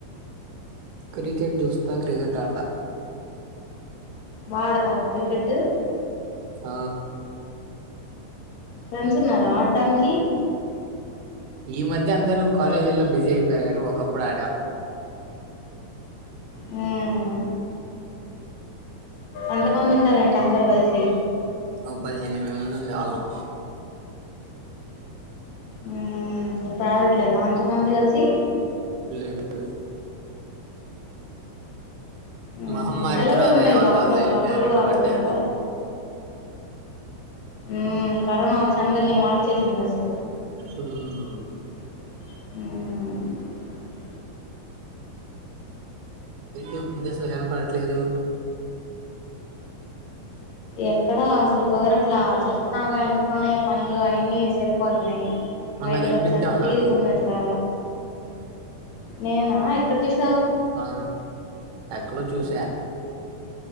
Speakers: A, on the right; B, on the left.
A: క్రికెట్ జుస్తా క్రికెట్ ఆడత
B: వాడతావా క్రికెటు
A: ఆ
B: ఫ్రెండ్స్ ఉన్నారా ఆడ్డడానికి
A: ఈ మధ్య అందరూ కాలేజీల్లో బిజీ అయిపోయారు కానీ ఒకప్పుడు ఆడ
B: హమ్ ఎంతమంది ఉంటారు ఎంటి అందరు కలిసి
A: ఒక పదిహేను ఇరవై మంది ఉండేవాళ్ళం
B: ఉమ్ ఇప్పుడు ఆడట్లేదా అంత మంది కలిసి
A: లేరు ఎవరు
B: మ్మ్
A: మహమ్మారి
B: సెలవులు
A: తర్వాత
B: ఉంటాయిగా
A: ఎవరుకు
B: అప్పుడప్పుడు
A: వాళ్ళు వెళ్లిపోయారు
B: అప్పుడు కూడా
A: ఏటు
B: ఆడట్లేదా
A: పడితే అటు
B: ఉమ్ కరోనా వచ్చి అందరినీ మార్చేసింది అసలు
A: ఆమ్
B: ఆమ్
A: ఏంటి ఈ మధ్య అసలు కనపడుట పట్లేదు
B: ఎక్కడా అసలు కుదరట్లా చెప్తున్నాగా ఇంట్లోనే పనులు అయిన్ని సరిపోతున్నాయి
A: మొన్న
B: బయటికి
A: కనిపించావు
B: వచ్చాంత తీరికుండట్లా
A: నాకు
B: నేనా ఎక్కడ చూసి
A: ఆ ఎక్కడో చూసా